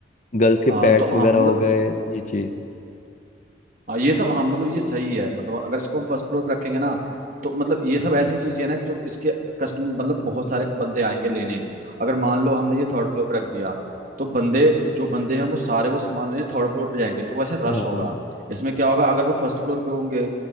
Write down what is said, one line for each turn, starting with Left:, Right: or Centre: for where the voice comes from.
Left: गर्ल्स के
Right: आ,
Left: पैड्स
Right: तो
Left: वगैरह
Right: हाँ मतलब
Left: हो गए ये चीज
Right: हाँ ये सब हाँ मतलब ये सही है मतलब अगर इसको हम फर्स्ट फ्लोर पे रखेंगे ना तो मतलब ये सब ऐसी चीजें है ना कि जो इसके कस्टमर मतलब बहुत सारे बंदे आएंगे लेने अगर मान लो हमने ये थर्ड फ्लोर पे रख दिया तो बंदे जो बंदे हैं वो सारे वो सामान लेने थर्ड फ्लोर पे जाएंगे तो वैसे रश
Left: हाँ
Right: होगा इसमें क्या होगा अगर वो फर्स्ट फ्लोर पे होंगे